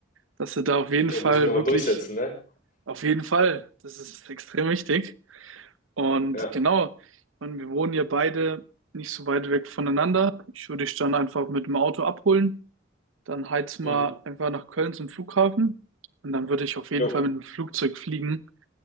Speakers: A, on the right; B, on the left.
A: dass du da auf jeden
B: jo,
A: Fall
B: muss ich mir mal
A: wirklich,
B: durchsetzen, ne?
A: auf jeden Fall, das ist <laughs> extrem wichtig. Und
B: Ja.
A: genau, ich meine, wir wohnen ja beide nicht so weit weg voneinander. Ich würde dich dann einfach mit dem Auto abholen. Dann heiz mal
B: Mhm.
A: einfach nach Köln zum Flughafen und dann würde ich auf jeden
B: Jo.
A: Fall mit dem Flugzeug fliegen,